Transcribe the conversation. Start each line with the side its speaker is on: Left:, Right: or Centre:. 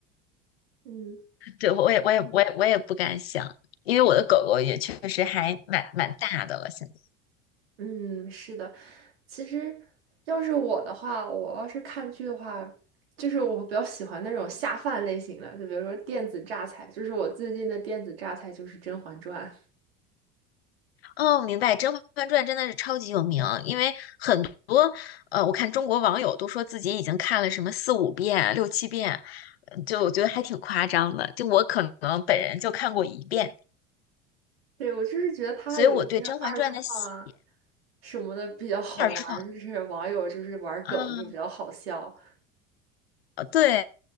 Right: 嗯
Left: 对，我也我也我也我也不敢想，因为我的狗狗也确实还蛮蛮大的了，现在。
Right: 嗯，是的，其实要是我的话，我要是看剧的话，就是我比较喜欢那种下饭类型的，就比如说电子榨菜，就是我最近的电子榨菜就是《甄嬛传》
Left: 哦，明白，《甄嬛传》真的是超级有名，因为很多呃，我看中国网友都说自己已经看了什么四五遍、六七遍，嗯就我觉得还挺夸张的。就我可能本人就看过一遍，
Right: 对，我就是觉得他有一些二创啊
Left: 所以我对《甄嬛传》的写
Right: 什么的比较好玩儿，
Left: 二创
Right: 就是网友就是玩儿梗就比较好笑。
Left: 啊，对。